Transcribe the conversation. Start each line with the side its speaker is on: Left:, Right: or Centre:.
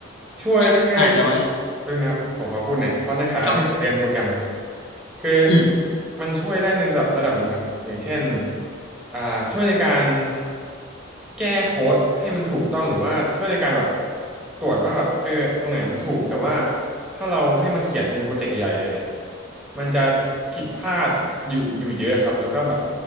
Centre: ช่วยได้
Left: ก็อาจจะไว้
Centre: เพิ่งนะครับผมขอพูดหน่อยเพราะในฐานะที่ผมเรียนโปรแกรม
Left: ครับผม
Centre: คือ
Left: อืม
Centre: มันช่วยได้ในระดับระดับหนึ่งครับอย่างเช่นอ่าช่วยในการแก้โค้ดให้มันถูกต้องหรือว่าช่วยในการแบบตรวจว่าแบบเออตรงไหนมันถูกแต่ว่าถ้าเราให้มันเขียนเป็นโปรเจกต์ใหญ่ๆเลยเนี่ยมันจะผิดพลาดอยู่อยู่เยอะครับแล้วก็แบบ